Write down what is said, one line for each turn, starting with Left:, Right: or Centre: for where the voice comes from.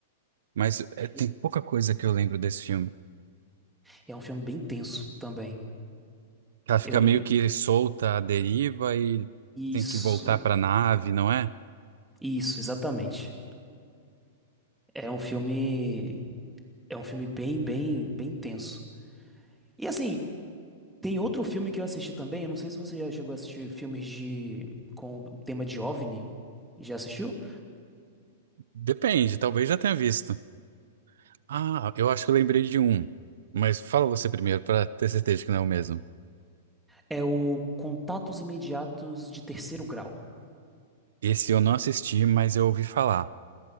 Right: Mas é, tem
Centre: E-
Right: pouca coisa que eu lembro desse filme.
Centre: É um filme bem tenso também.
Right: Ela fica
Centre: Eu
Right: meio
Centre: lembro.
Right: que solta à deriva e tem
Centre: Isso,
Right: que voltar pra nave, não é?
Centre: isso, exatamente. É um filme. É um filme bem, bem, bem tenso. E assim, tem outro filme que eu assisti também. Eu não sei se você já chegou a assistir filmes de com o tema de OVNI. Já assistiu?
Right: Depende, talvez já tenha visto. Ah, eu acho que eu lembrei de um. Mas fala você primeiro, pra ter certeza que não é o mesmo.
Centre: É o Contatos Imediatos de Terceiro Grau.
Right: Esse eu não assisti, mas eu ouvi falar.